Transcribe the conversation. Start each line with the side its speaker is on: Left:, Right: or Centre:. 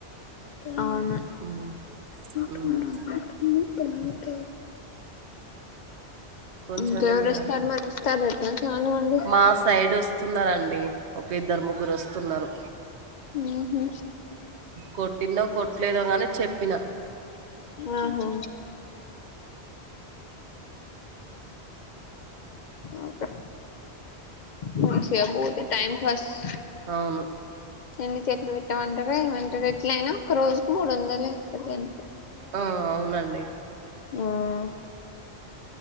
Left: అవును
Right: ఉమ్. ఉమ్.
Left: ట మా ట
Right: కొంచెం
Left: ఇంక ఎవరు
Right: ఇక
Left: వొస్తారు మరి వొస్తారు అట్నా చాలా మంది
Right: ఆ సైడ్ వొస్ స్తున్నర్ అండి ఒక ఇద్దరు ముగ్గురు వొస్తున్నరు
Left: ఉహు
Right: కొట్టిందో కొట్టలేదో గాని చెప్పిన
Left: ఆహా ఓకే మంచిగా పోతే టైం పాస్
Right: ఆహ్ ఆహ్ అవ్ను
Left: ఎన్ని చెట్లు పెట్టామంటారా ఏమంటారు ఎట్లైనా ఒక రోజుకి మూడోందలు ఇస్తారు గంతే
Right: ఆ అవ్నండి
Left: ఆహ్